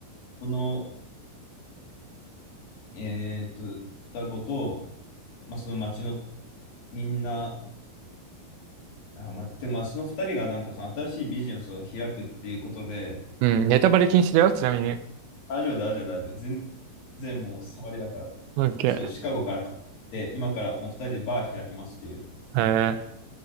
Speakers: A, on the left; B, on the right.
A: その、えーっと、双子と、まあ、その町のみんな、あ、まあ、てかまあ、その二人がなんかその新しいビジネスを開くっていうことで、
B: うん、ネタバレ禁止だよ、ちなみに。
A: 大丈夫、大丈夫、大丈夫。全然もう触りだから。
B: オッケー。
A: そう、シカゴから帰ってきて、今からもう二人でバー開きますっていう、
B: え